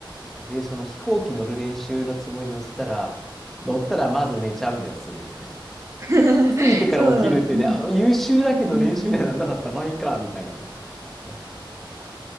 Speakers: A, in the centre; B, on the right.
A: で、その飛行機乗る練習のつもりで乗せたら、乗ったらまず寝ちゃうんだよ、すぐに。
B: <laughs>
A: ついてから起きるっていうね、
B: そう、うん、
A: あの優秀だけど練習にはなんなかったまあいいか、
B: うんうん。
A: みたいなね。そうそうそう。